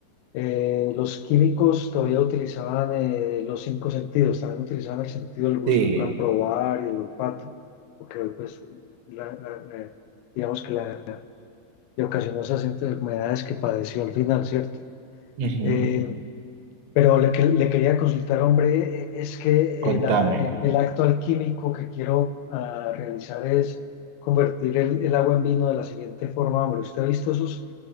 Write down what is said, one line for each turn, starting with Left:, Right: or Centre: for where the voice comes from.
Left: Eh, los químicos todavía utilizaban eh, los cinco sentidos, también utilizaban el sentido del gusto
Right: Sí,
Left: para probar y el olfato, porque pues la- la- la- digamos que la, le ocasionó esas enfermedades que padeció al final, ¿cierto?
Right: ujú,
Left: Eh, pero le, que- le quería consultar, hombre, eh, es que
Right: Contame.
Left: eh, la- el, el acto alquímico que quiero ah, realizar es convertir el, el agua en vino de la siguiente forma, hombre. ¿Usted ha visto esos?